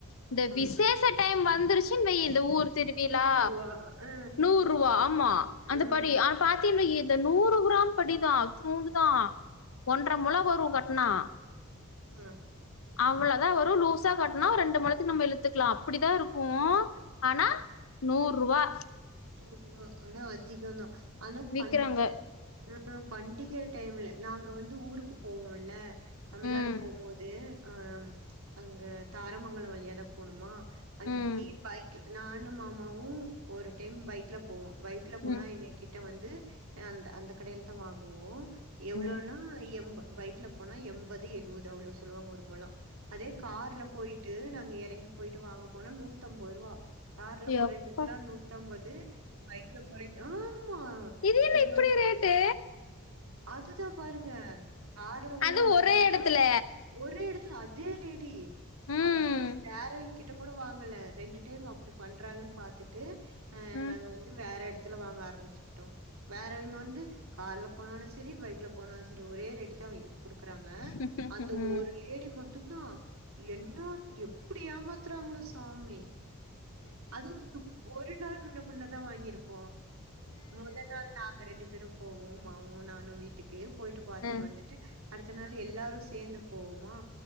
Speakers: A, on the left; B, on the right.
A: இந்த
B: அம்பது
A: விசேஷ டைம் வந்துருச்சுனு வை இந்த ஊரு திருவிழா
B: நூறுவா ஆ
A: நூறுவா ஆமா அந்த
B: ம்
A: படி
B: ம்
A: ஆ பாத்தீனு இத நூறு கிராம் படிதா இத்நூண்டுதா ஒன்ற மொலம் வரு கட்னா
B: ம்
A: அவ்ளதா வரு லூஸா கட்னா ரெண்டு மொலத்துக்கு நம்ப இலுத்துக்கலா அப்டிதா இருக்கு ஆனா நூறுவா
B: நூறு ரூவா ஆனா அதிக தா ஆனா
A: விக்கிறாங்க
B: பண்டிக நாள் ஆ பண்டிக டைம்ல நாங்க வந்து ஊருக்கு போவோல தமிழல்நாடு
A: ம்
B: போம்போது ஆ அங்க தாரமங்கல வழியா தா போணுமா அங்கயே
A: ம்
B: பைக்ல நானும் மாமாவு ஒரு டைம் பைக்ல போவோ பைக்ல போனா
A: ம்
B: எங்க கிட்ட வந்து அந் அந்த கடையில தான் வாங்குவோ எவ்ளோனா
A: ம்
B: எம்ப பைக்ல போனா எண்பது எழுவது அவ்ளோ சொல்லுவாங்க ஒரு மொலோ அதே கார்ல போயிட்டு நாங்க எ எறங்கி போயிட்டு வாங்க போனா நூத்தம்பது ரூவா கார்ல போறவைங்களுக்கெல்லா
A: எப்பா
B: நூத் த்தம்பது பைக் ல போறவை ஆமா
A: இது
B: இதுக்கு
A: என்ன இப்டி
B: முன்
A: ரேட்டு
B: அதுதா பாருங்க கார்ல போனா
A: அது
B: ஒரு
A: ஒரே
B: ரேட்டா
A: எடத்துல
B: ஒரே இடத்துல அத் அதே லேடி
A: ம்
B: அவ வேறவைங்ககிட்ட கூட வாங்கல ரெண்டு டைம் அப்டி பண்றாங்கன் பாத்துட்டு அ
A: ம்
B: நாங்க வந்து வேற எடத்துல வாங்க ஆரம்பிச்சுக்கிட்டோ வேறவைங்க வந்து கால்ல போனாலு சரி பைக்ல போனாலு சரி ஒரே ரேட்டு தா கொடுக்கறாங்க
A: ம் ம்
B: அந்த ஒரு லேடி மட்டும்தா என்ன எப்டி ஏமாத்துறாங்களோ சாமி அது ஒரு நாள் முன்ன பின்னதா வாங்கிருப்போ மொதநாள் நாங்க ரெண்டு பேரு போவோ மாமாவு நானு வீட்டுக்கு போயிட்டு பாத்துட்டு
A: ம்
B: வந் டு அடுத்த நாள் எல்லாரு சேந்து போவோமா